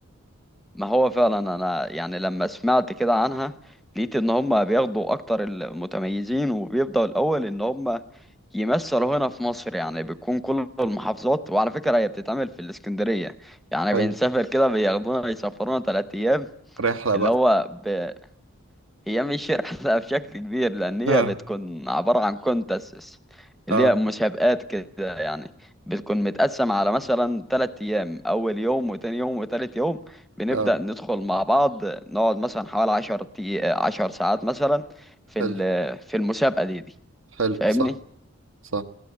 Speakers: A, in the centre; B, on the right.
A: ما هو فعلا انا يعني لما سمعت كده عنها لقيت ان هم بياخدوا اكتر المتميزين وبيبداوا الاول ان هم يمثلوا هنا في مصر يعني بتكون كل المحافظات وعلى فكره هي بتتعمل في الاسكندريه يعني
B: حلو
A: بنسافر كده بياخدونا يسافرونا ثلاث ايام
B: رحلة
A: اللي
B: بقى
A: هو ب... هي مش رحلة بشكل كبير لأن هي
B: اه
A: بتكون عبارة عن كونتسس
B: اه
A: اللي هي مسابقات كده يعني بتكون متقسم على مثلا تلات أيام أول يوم وتاني يوم وتالت يوم بنبدأ
B: اه
A: ندخل مع بعض نقعد مثلا حوالي عشر تي... عشر ساعات مثلا في
B: حلو
A: ال... في المسابقة دي دي
B: حلو
A: فاهمني
B: صح صح